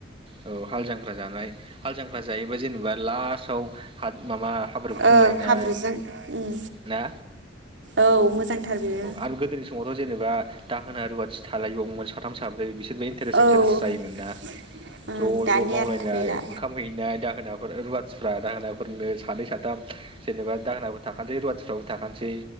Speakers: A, on the right (about 30°); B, on the right (about 70°).
A: औ हाल जांख्रा जानाय हाल जांख्रा जायोबा जेनेबा लास्टआव हा माबा हाब्रु फुनलायनाय
B: ओं हाब्रुजों उम
A: ना
B: औ मोजांथार बेयो
A: आरो गोदोनि समाव खौ जेनेबा दाहोना रुवाथि थालायबावमोन साथाम साब्रै बिसोर इन्टारेस
B: औ ओं
A: इन्टारेस मोन ना ज'
B: दानिया
A: ज' मावलायनाय
B: गैला
A: ओंखाम हैनाय दाहोनाफोर रुवाथिफ्रा दाहोना ओ हौवाफोरनो सानै साथाम जेनेबा दाहोनाबो थाखानोसै रुवाथिफ्राबो थाखानोसै